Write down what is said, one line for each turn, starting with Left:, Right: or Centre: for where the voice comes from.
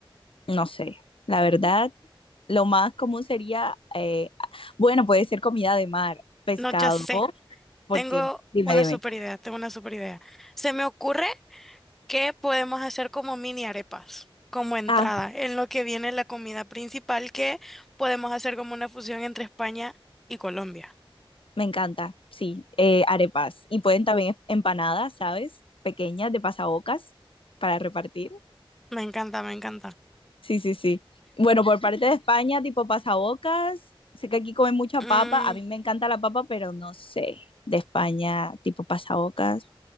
Left: No sé, la verdad,
Centre: No,
Left: lo más común sería, eh, bueno, puede ser comida de mar, pescado,
Centre: ya sé.
Left: porque
Centre: Tengo
Left: no? Dime,
Centre: una
Left: dime.
Centre: super idea, tengo una super idea. Se me ocurre que podemos hacer como mini arepas, como entrada,
Left: Ah,
Centre: en lo que viene la comida principal, que podemos hacer como una fusión entre España y Colombia.
Left: me encanta, sí, eh, arepas. Y pueden también empanadas, ¿sabes? Pequeñas de pasabocas para repartir.
Centre: Me encanta, me encanta.
Left: Sí, sí, sí. Bueno, por parte de España, tipo pasabocas, sé que aquí comen mucha
Centre: Mm,
Left: papa, a mí me encanta la papa, pero no sé, de España, tipo pasabocas.